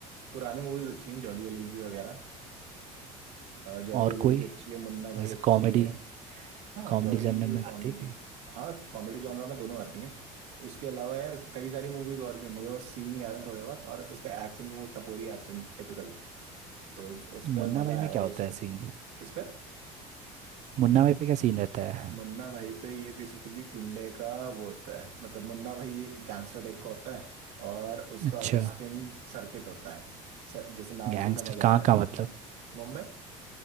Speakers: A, on the right (about 85°); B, on the right (about 55°).
A: पुरानी मूवीज अच्छी हैं जॉली एलएलबी वगैरह जॉली
B: और
A: एलएलबी
B: कोई
A: अच्छी है मुन्ना भाई
B: जैसे
A: अच्छी
B: कॉमेडी
A: है हाँ
B: कॉमेडी
A: जॉली एल
B: जॉनर
A: भी
B: में
A: कॉमेडी
B: आती है क्या
A: हाँ कॉमेडी जॉनर में दोनों आती हैं उसके अलावा यार कई सारी मूवीज और भी हैं मुझे बस सीन याद है थोड़े बहुत और उसका एक्सेंट वो टपोरी एक्सेंट टिपिकल तो उस
B: मुन्ना
A: पर मजा
B: भाई
A: आया
B: में क्या
A: वो
B: होता
A: सुनने
B: है सीन
A: किस पे
B: मुन्ना भाई पे क्या सीन रहता है
A: मुन्ना भाई पे ये बेसिकली गुंडे का वो होता है मतलब मुन्ना भाई एक गैंगस्टर टाइप का होता है और उसका
B: अच्छा
A: असिस्टेंट सर्किट होता है सर, जैसे नाम
B: गैंगस्टर
A: से ही समझ आ
B: कहाँ
A: रहा है
B: का मतलब
A: तो मुंबई